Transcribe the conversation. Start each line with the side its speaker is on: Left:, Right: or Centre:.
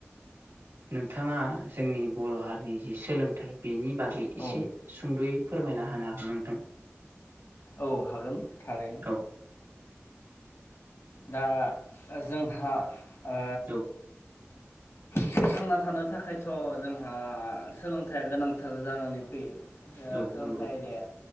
Right: नोंथाङा जोंनि बर' हारिनि जि सोलोंथाइ बेनि बागै एसे
Left: औ
Right: सुंद'यै फोरमायना होनो हागोन नोंथां।
Left: औ हागोन थारैनो।
Right: औ
Left: दा जोंहा ओ
Right: औ <inaudible>
Left: थांना थानो थाखायथ' जोंहा सोलोंथाइया गोनांथार जानानै फैयो। ओ
Right: औ
Left: सोलोंथाइ
Right: नंगौ
Left: आइदाया